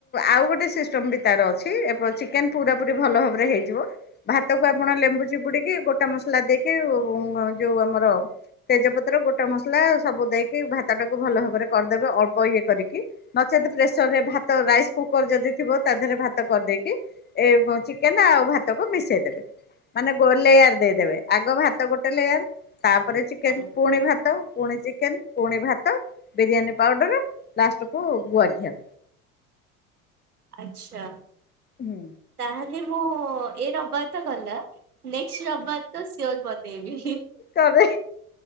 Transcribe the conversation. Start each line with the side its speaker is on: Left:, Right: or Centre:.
Left: ଆଉ ଗୋଟେ ସିଷ୍ଟମ ବି ତାର ଅଛି ଚିକେନ ପୁରା ପୁରି ଭଲ ଭାବରେ ହେଇଯିବ। ଭାତକୁ ଆପଣ ଲେମ୍ବୁ ଚିପୁଡ଼ିକି ଗୋଟା ମସଲା ଦେଇକି। ଯୋଉ ଆମର ତେଜପତ୍ର, ଗୋଟା ମସଲା ସବୁ ଦେଇକି ଭାତ ଟାକୁ ଭଲ ଭାବରେ କରିଦେବେ ଅଳ୍ପ ଇଏ କରିକି ନଚେତ ପ୍ରେସରରେ ଭାତ ରାଇସ କୁକର ଯଦି ଥିବ ତା ଦେହରେ ଭାତ କରିଦେଇକି। ଏଇ ଚିକେନ ଆଉ ଭାତ କୁ ମିଶେଇଦବେ। ମାନେ ଗୋ ଲେୟାର ଦେଇ ଦେବେ ଆଗ ଭାତ ଗୋଟେ ଲେୟର ତାପରେ ଚିକେନ
Right: ହୁଁ
Left: ପୁଣି ଭାତ ପୁଣି ଚିକେନ। ପୁଣି ଭାତ ବିରିୟାନୀ ପାଉଡ଼ର ଲାଷ୍ଟ କୁୁ ଗୁଆ ଘିଅ।
Right: ଆଚ୍ଛା
Left: ହୁଁ
Right: ତା ହେଲେ ମୁଁ ଏ ରବବାର ତ ଗଲା। ନେଷ୍ଟ ରବିବାର ତ ସିୟୋର ବନେଇବି ହିଁ।
Left: କରେ।